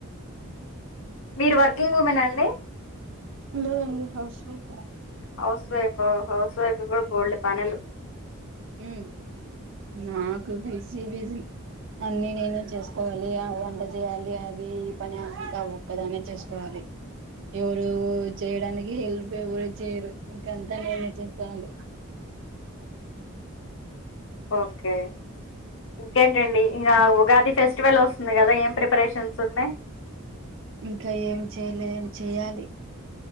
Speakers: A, on the left; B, on the right.
A: మీరు వర్కింగ్ ఉమెన్ ఆ అండి
B: లేదండి హౌస్ వైఫ్ ఎ
A: హౌస్ వైఫ్ హౌస్ వైఫ్ కూడా బోల్డ్ పనులు
B: హ్మ్ నాకు బిజీ బిజి అన్ని నేనే చేసుకోవాలి అ వంట చేయాలి అది ఈ పని అంత ఒక్కదానే చేసుకోవాలి ఎవరు చేయడానికి ఈ హెల్ప్ ఎవరు చేయరు ఇంకంతా నేనే చేసుకోవాలి
A: ఓకే ఇంకేంటండి ఇగ ఉగాది ఫెస్టివల్ వస్తుంది కదా ఏం ప్రిపరేషన్స్ ఉన్నాయ్
B: ఇంకా ఏం చేయలే ఏం చెయ్యాలి